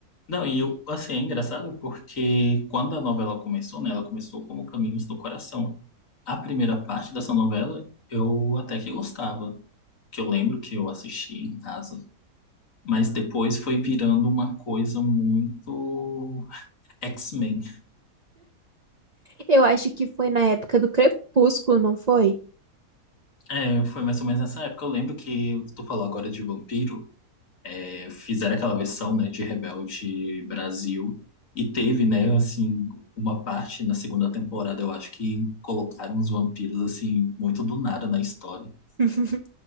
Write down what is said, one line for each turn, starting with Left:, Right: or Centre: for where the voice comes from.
Left: Não, e eu, assim, é engraçado porque quando a novela começou, né? Ela começou como Caminhos do Coração. A primeira parte dessa novela eu até que gostava, que eu lembro que eu assisti em casa. Mas depois foi virando uma coisa muito X-Men.
Right: Eu acho que foi na época do Crepúsculo, não foi?
Left: É, foi mais ou menos nessa época. Eu lembro que tu falou agora de vampiro, é, fizeram aquela versão, né, de Rebelde Brasil e teve, né, assim, uma parte na segunda temporada, eu acho que colocaram uns vampiros assim muito do nada na história.
Right: <laughs>